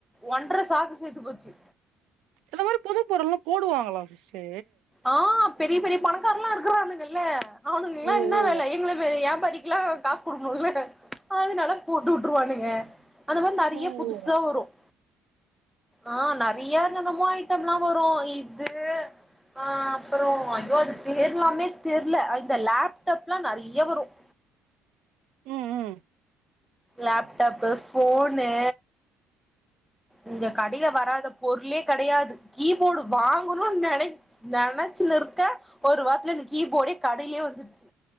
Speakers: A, in the centre; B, on the right.
A: ஒன்றரை சாக்கு சேந்து போச்சு
B: இந்த மாதிரி புது பொருள்லாம் போடுவாங்களா ஃப்ஸ்டு
A: ஆ பெரிய பெரிய பணக்காரலாம் இருக்கரானுங்கல்ல அவனுக்கெல்லாம்
B: ஓ
A: என்னா
B: ஓ
A: வேலை எங்களுக்கு ஏ படிக்கலா காசு கொடுக்கணும்ல்ல அதனால போட்டு விட்டுருவானுங்க அந்த மாதிரி நெறைய
B: ஓ ஓ
A: புதுசா வரும் ஆ நெறைய தினமும் ஐட்டம்லாம் வரும் இது அ அப்றம் ஐயோ அது பேர்லாமே தெரில இந்த லேப்டாப்ல்லாம் நெறைய வரும்
B: ம் ம்
A: லேப்டப்பு போஃனு இந்த கடைல வராத பொருளே கெடையாது கீபோர்டு வாங்கணும்னு நெனைக் நெனைச்சு இருக்க ஒரு வாரத்துல கீபோடு கடையிலயே வந்துருச்சு